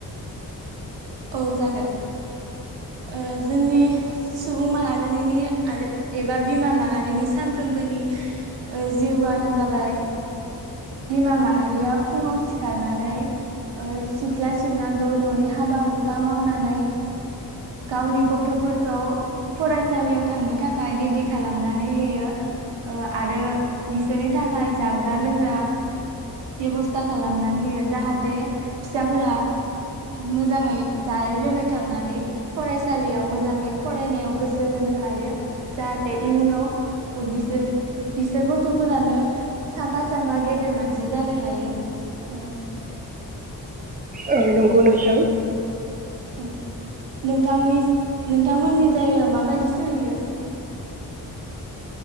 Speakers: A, on the right; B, on the right.
A: औ जागोन। ओ जोंनि सुबुं माहारिनि आरो एबा बिमा माहारिनि सानफ्रोमबोनि ओ जिउआनो जाबाय बिमा माहारिया फुङाव सिखारनानै ओ सिख्ला सिबनांगौ न'नि हाबा-हुखा मावनानै गावनि गथ'फोरखौ फरायसालियाव थांनो थाखाय रेडि खालामनानै होयो। ओ आरो बिसोरनि थाखाय जाग्रा लोंग्रा बेब'स्था खालामनानै होयो। जाहाथे फिसाफोरा मोजाङै जायै लोङै थांनानै फरायसालियाव मोजाङै फरायनायाव गोसो होनो हायो। जाहाथे इयुनाव ओ बिसोर बिसोर गथ'फोरानो साफा साफा गेदेर मानसि जानो हायो ओ
B: औ नंगौ नोंथां।
A: औ नोंथांनि नोंथांमोननि जायगायाव माबायदि सोलियो?